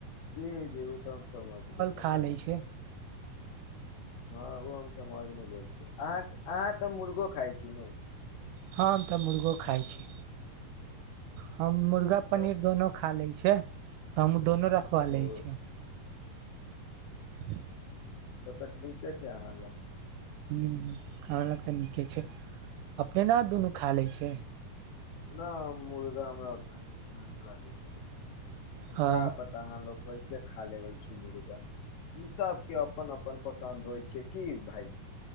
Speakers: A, on the left (about 85°); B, on the right (about 80°).
A: जी जि उ त हम समझबेे करैत
B: खा लै
A: छी
B: छै
A: हँ ओ हम समझमे भेल छी अह अहाँ तऽ मुर्गो खाइत छी ने
B: ह हम तऽ मुर्गो खाय छी हम मुर्गा
A: तऽ
B: पनीर दोनो खा लैत छी छै तऽ हमू दोनो रखवा लैत
A: ओ
B: छि ल <inaudible>
A: तऽकछ न के छै अहाँ लो <unintelligible>
B: ह्म खाना तऽ नीके छै अपने ने दुनू खा लैत छियैक
A: न मुर्गा उतना निक न लगैत छै
B: हँ
A: का पता लोग कैसे खा लेबय छै मुर्गा सबकेँ अपन अपन पसन्द होइत छै की भााय